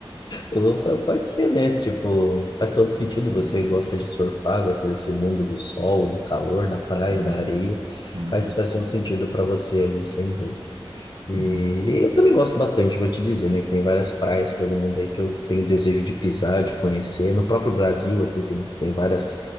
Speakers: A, on the left; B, on the right.
A: Opa, pode ser, né? Tipo, faz todo sentido. Você gosta de surfar, gosta desse mundo do sol, do calor, da praia,
B: Sim.
A: da areia.
B: Uhum,
A: Faz, faz todo sentido para você aí, sem dúvida. E
B: uhum.
A: eu também gosto bastante, vou te dizer, né? Que tem várias praias pelo mundo aí que eu tenho desejo de pisar, de conhecer. No próprio Brasil aqui tem, tem várias